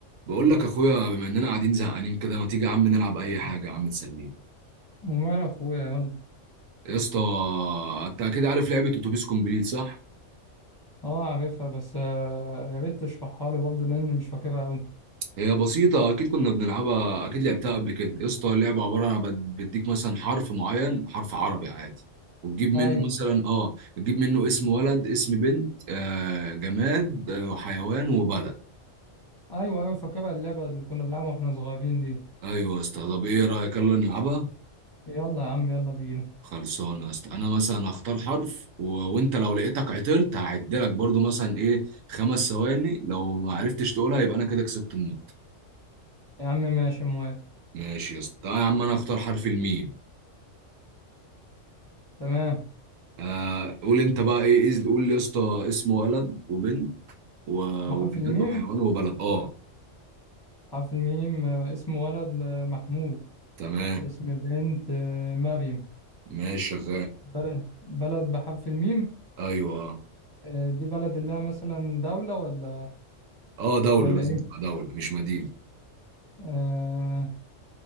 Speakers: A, on the right (about 85°); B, on the left (about 20°).
A: بقول لك اخويا بما اننا قاعدين زهقانين كده ما تيجي يا عم نلعب اي حاجه يا عم تسلينا
B: ومال اخويا يلا
A: يا اسطى انت اكيد عارف لعبه اتوبيس كومبليت صح
B: اه عارفها بس آه، يا ريت تشرحها لي برضه لان مش فاكرها قوي
A: هي بسيطه اكيد كنا بنلعبها اكيد لعبتها قبل كده يا اسطى اللعبه عباره عن بد- بديك مثلا حرف معين حرف عربي عادي وتجيب منه
B: ايوه
A: مثلا اه تجيب منه اسم ولد اسم بنت آه جماد آه وحيوان وبلد
B: ايوه ايوه فاكرها اللعبه اللي كنا بنلعبها واحنا صغيرين دي
A: ايوه يا اسطى طب ايه رايك يلا نلعبها
B: يلا يا عم يلا بينا
A: خلصانه يا اسطى انا مثلا هختار حرف و... وانت لو لقيتك عطلت هعدلك برضو مثلا ايه خمس ثواني لو ما عرفتش تقولها يبقى انا كده كسبت النقطه
B: يا عم ماشي موافق
A: ماشي يا اسطى تعالى يا عم انا هختار حرف الميم
B: تمام
A: آه قول انت بقى ايه إز- قول لي يا اسطى اسم ولد وبنت و...
B: بحرف
A: وجماد
B: الميم
A: وحيوان وبلد اه
B: بحرف الميم آه، اسم ولد آه، محمود
A: تمام
B: اسم بنت آه، مريم
A: ماشي شغال
B: بلد بلد بحرف الميم
A: ايوه اه
B: آه، دي بلد اللي هي مثلا دولة ولا
A: آه، دوله
B: ولا
A: لازم
B: ايه
A: تبقى دوله مش مدينه
B: أه